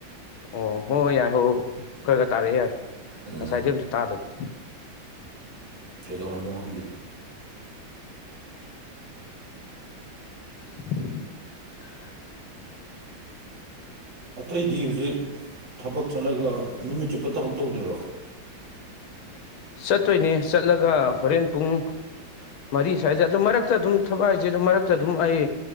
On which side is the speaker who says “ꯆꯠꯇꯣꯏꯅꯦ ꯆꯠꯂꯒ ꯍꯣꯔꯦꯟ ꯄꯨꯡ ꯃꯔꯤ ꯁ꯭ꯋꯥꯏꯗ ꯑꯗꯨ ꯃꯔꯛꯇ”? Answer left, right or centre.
Left